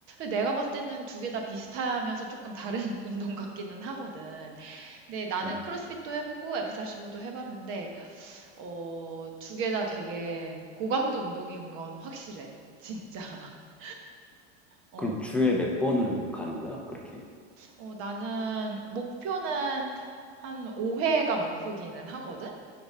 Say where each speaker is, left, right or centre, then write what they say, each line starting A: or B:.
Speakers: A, on the right (about 40°); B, in the centre.
A: 내가 봤을 때는 두개 다 비슷하면서 조금 다른 <laughs> 운동 같기는 하거든. 근데 나는
B: 어,
A: 크로스핏도 해보고 F45도 해봤는데 어, 두 개 다 되게 고강도 운동인 건 확실해. 진짜. <laughs> 어.
B: 그럼 주에 몇 번을 가는 거야? 그렇게.
A: 어, 나는 목표는 한 5회가 목표기는 하거든?